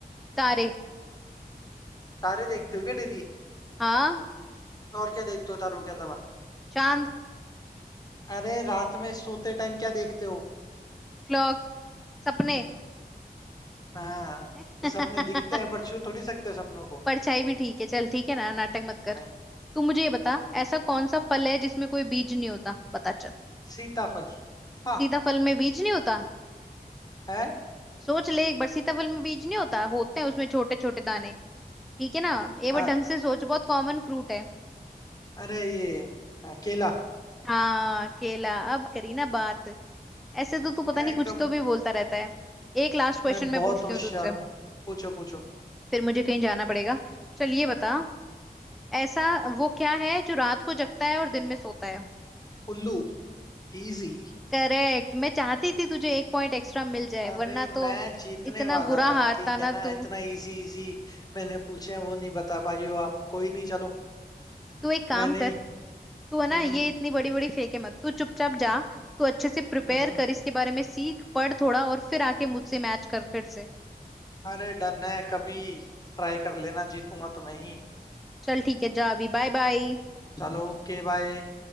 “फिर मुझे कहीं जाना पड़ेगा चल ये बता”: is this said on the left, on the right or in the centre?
Centre